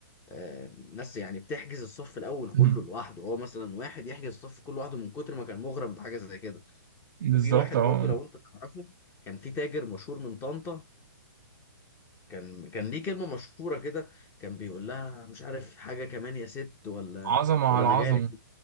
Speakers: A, on the left (about 20°); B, on the right (about 60°).
A: آه، ناس يعني بتحجز الصف الاول
B: <laughs>
A: كله لوحده هو مثلا واحد يحجز الصف كله لوحده من كتر ما كان مغرم بحاجه زي كده
B: بالظبط
A: وفي واحد
B: اه
A: برضو لو انت تعرفه كان في تاجر مشهور من طنطا كان كان ليه كلمه مشهوره كده كان بيقول لها مش عارف حاجه كمان يا ست ولا
B: عظمة على
A: ولا انا
B: عظمة
A: جاي لك